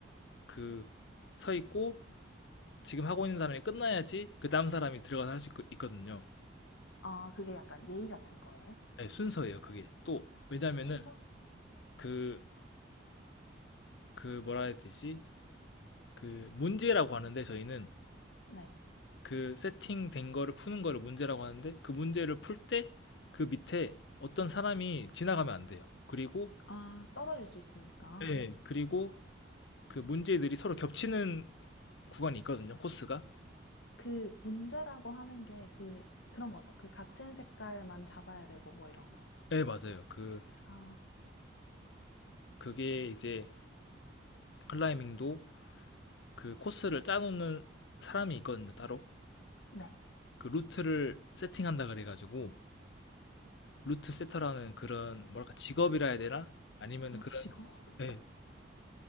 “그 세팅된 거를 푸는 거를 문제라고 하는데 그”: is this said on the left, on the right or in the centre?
Left